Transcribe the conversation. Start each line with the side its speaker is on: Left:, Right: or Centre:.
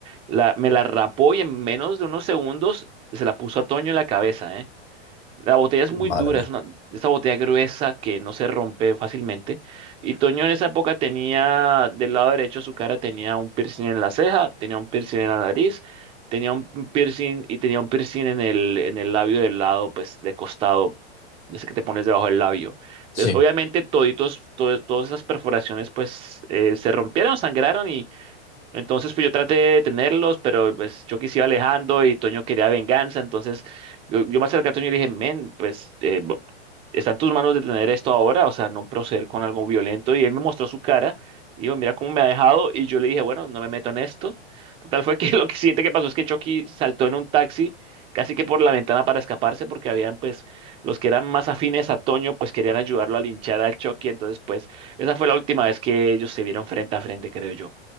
Right: la, me la rapó y en menos de unos segundos se la puso a Toño en la cabeza, eh. La botella es muy
Left: Madre
Right: dura,
Left: mía.
Right: es una, esa botella gruesa que no se rompe fácilmente. Y Toño en esa época tenía, del lado derecho de su cara tenía un piercing en la ceja, tenía un piercing en la nariz, tenía un piercing y tenía un piercing en el, en el labio del lado, pues de costado, de ese que te pones debajo del labio.
Left: Sí.
Right: Entonces, obviamente, toditos, todo- todas esas perforaciones, pues eh, se rompieron, sangraron y entonces, pues yo traté de tenerlos, pero pues yo quise iba alejando y Toño quería venganza. Entonces, yo, yo me acerqué a Toño y le dije, men, pues eh, bo- está en tus manos detener esto ahora, o sea, no proceder con algo violento. Y él me mostró su cara y dijo, mira cómo me ha dejado. Y yo le dije, bueno, no me meto en esto. Total fue que <laughs> lo que siguiente que pasó es que Chucky saltó en un taxi, casi que por la ventana para escaparse, porque habían, pues, los que eran más afines a Toño, pues querían ayudarlo a linchar al Chucky. Entonces, pues, esa fue la última vez que ellos se vieron frente a frente, creo yo.